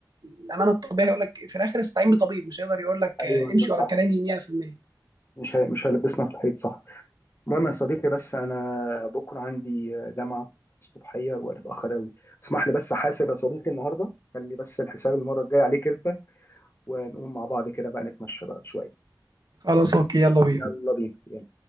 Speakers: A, on the right (about 60°); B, on the left (about 30°).
A: الأمانة الطبيعي هيقول لك في الآخر استعين بطبيب مش هيقدر يقول لك
B: ايوه
A: آه،
B: ايوه
A: امشي ورا
B: صح
A: كلامي 100%
B: مش هي- مش هيلبسنا في الحيط صح المهم يا صديقي بس انا بكره عندي جامعه الصبحيه الوقت اتاخر قوي اسمح لي بس احاسب يا صديقي النهارده خلي بس الحساب المره الجايه عليك انت ونقوم مع بعض كده بقى نتمشى بقى شويه
A: خلاص أوكي يلا بينا
B: يلا بينا يلا.